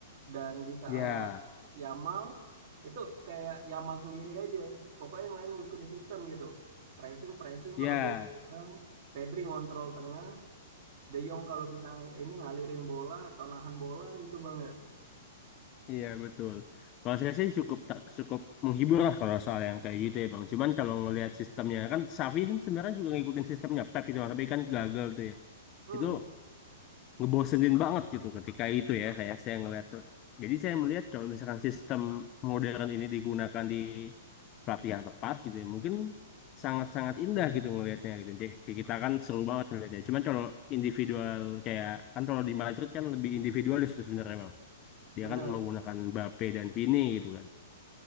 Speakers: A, on the right; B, on the left.
A: Dan di saat
B: Ya,
A: Yamal itu kayak Yamal sendiri aja. Pokoknya yang lain yang ngikutin sistem gitu. Pressing, pressing
B: ya.
A: kalau bola bilang, Pedri ngontrol tengah, De Jong kalau bisa ini ngalirin bola atau nahan bola gitu Bang ya.
B: Iya betul. Kalau saya sih cukup tak cukup menghibur lah kalau soal yang kayak gitu ya bang. Cuman kalau ngelihat sistemnya kan Safi kan sebenarnya juga ngikutin sistemnya Pep itu tapi kan gagal tuh ya.
A: Hmm,
B: Itu ngebosenin banget gitu ketika itu ya kayak saya ngelihat tuh. Jadi saya melihat kalau misalkan sistem modern ini digunakan di pelatih yang tepat gitu ya mungkin sangat-sangat indah gitu ngelihatnya gitu. Jadi kita kan seru banget ngelihatnya. Cuman kalau individual kayak kan kalau di Madrid kan lebih individualis tuh sebenarnya dia
A: bener.
B: kan menggunakan Mbappe dan Vini gitu kan.